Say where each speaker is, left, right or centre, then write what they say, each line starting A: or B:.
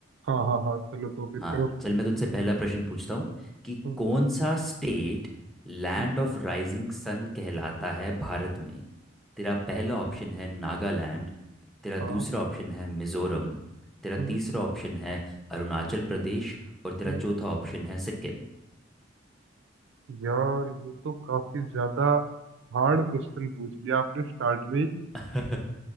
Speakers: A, on the right; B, in the centre.
A: हाँ हाँ हाँ चलो तो फिर
B: हाँ
A: करो start।
B: चल मैं तुझसे पहला प्रश्न पूछता हूँ कि
A: हम्म
B: कौन सा state land
A: हम्म
B: of rising sun कहलाता है भारत में तेरा पहला ऑप्शन है नागालैंड तेरा
A: हाँ
B: दूसरा ऑप्शन है मिजोरम तेरा तीसरा
A: हम्म
B: ऑप्शन है अरुणाचल प्रदेश और तेरा
A: हम्म।
B: चौथा ऑप्शन है सिक्किम
A: यार ये तो काफी ज्यादा हार्ड क्वेश्चन पूछ लिया आपने स्टार्ट में ही।
B: <laughs>